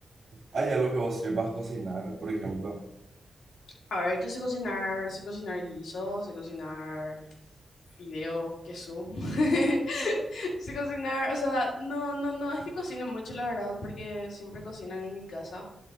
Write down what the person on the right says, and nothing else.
Hay algo que vos sepas cocinar, por ejemplo.